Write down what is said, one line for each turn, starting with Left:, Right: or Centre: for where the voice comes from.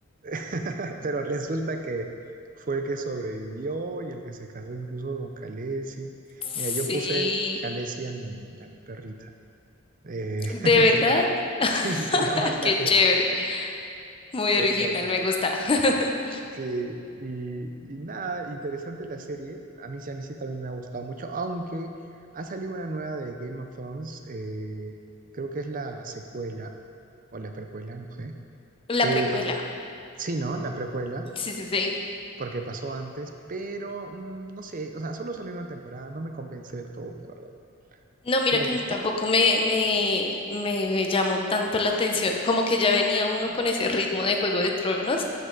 Right: <laughs> pero resulta que fue el que sobrevivió y el que se casó incluso con Khaleesi,
Left: Sí,
Right: mira, yo puse Khaleesi a mi, a mi perrita. Eh, <laughs>
Left: de verdad.
Right: se llama-
Left: <laughs>
Right: sí, se llama Khaled.
Left: Qué chévere. Muy
Right: Exacto.
Left: original, me gusta. <laughs>
Right: Sí, y, y nada, interesante la serie. A mí, sí- a mí sí también me ha gustado mucho, aunque ha salido una nueva de Game of Thrones, eh, creo que es la secuela o la precuela, no sé.
Left: La
Right: Pero
Left: precuela.
Right: sí, ¿no? La precuela,
Left: Sí, sí, sí.
Right: porque pasó antes, pero mm, no sé, o sea, solo salió una temporada, no me convence del todo, la verdad.
Left: No, mira
Right: ¿Tú lo
Left: que
Right: has visto?
Left: a mí tampoco me, me, me llamó tanto la atención, como que ya venía uno con ese ritmo de Juego de Tronos